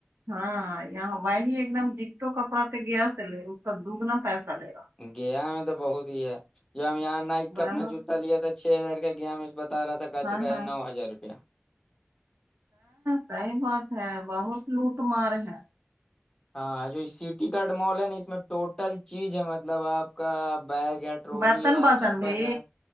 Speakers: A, on the right (about 85°); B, on the left (about 15°).
A: ہاں یہاں وہی ایک دم ڈگٹو کپڑا تھے گیا سے لے اس کا دگنا پیسہ لے گا
B: گیا میں تو بہت ہی ہے جب ہم یہاں نائک کا
A: بہت
B: اپنا جوتا لیا تھا چھ ہزار کا گیا میں اس تارا تھا کاچی
A: ہاں
B: کا
A: ہاں
B: نو ہزار روپیہ
A: صحیح بات ہے بہت لوٹ مار ہے
B: ہاں جو سیٹی کارڈ مال ہے نا اس میں ٹوٹل چیز ہے مطلب آپ کا بیگ ہیڈ ٹرولی
A: برتن
B: ہے
A: باسن
B: چپل
A: بھی
B: ہے